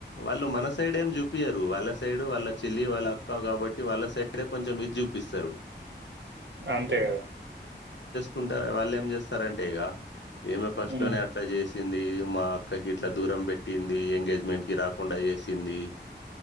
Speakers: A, on the left; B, on the right.
A: వాళ్ళు మన సైడ్ ఏం చుపియరు వాళ్ళ సై సైడ్ వాళ్ళ చిల్లి వాళ్ళ అక్క కాబట్టి వాళ్ళ సైడే కొంచం ఇది చూపిస్తారు
B: అంతే కదా
A: కుంట వాళ్ళు ఏం చేస్తారంటే ఇగ ఈమె ఫస్ట్
B: ఉమ్
A: లోని అట్ల చేసి తింది మా అక్కకి ఇట్లా దూరం పెట్టింది ఎంగేజ్మెంట్ కి రాకుండా చేసింది